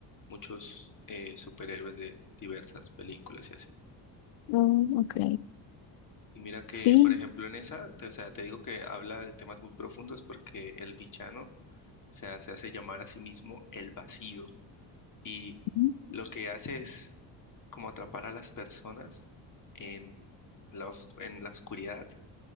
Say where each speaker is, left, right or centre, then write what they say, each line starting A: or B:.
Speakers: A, on the left; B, on the left.
A: muchos eh, superhéroes de diversas películas y así.
B: Mm, ok.
A: Y mira que,
B: Sí,
A: por ejemplo, en esa, te- o sea, te digo que habla de temas muy profundos porque el villano se hace, hace llamar a sí mismo el vacío y
B: Mm.
A: lo que hace es como atrapar a las personas en la, os- en la oscuridad